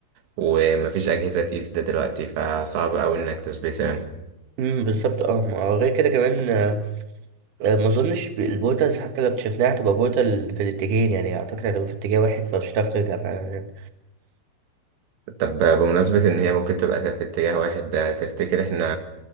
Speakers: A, on the right (about 80°); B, on the right (about 55°).
A: ومفيش أجهزة تقيس ده دلوقتي فصعب أوي إنك تثبته يعني.
B: امم بالظبط اه ما هو غير كده كمان آه، ما اظنش ب- البوتلز حتى لو اكتشفناها هتبقى بوتل في الاتجاهين يعني اعتقد هتبقى في اتجاه واحد فمش هتعرف ترجع فعلا يعني
A: طب بمناسبة إن هي ممكن تبقى في اتجاه واحد ده تفتكر إحنا